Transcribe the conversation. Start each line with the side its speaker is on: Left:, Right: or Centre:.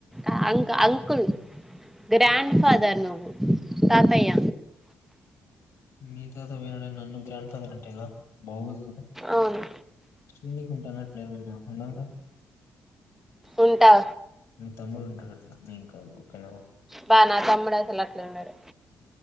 Centre: అ ఆ అంకుల్ గ్రాండ్ ఫాదర్ నువ్వు తాతయ్య
Left: మీ తాత పోయినాడని నన్ను గ్రాండ్ ఫాదర్ అంటే ఎలా బాగోదు.
Centre: అవును
Left: చున్నీకిఉంటానట్లేమన్న ఉండంగా.
Centre: ఉంటా..
Left: మీ తమ్ముడు ఉంటాడు అట్లా నేను కాదు. ఓకేనా
Centre: బా నా తమ్ముడు అసలు అట్లా ఉండడు.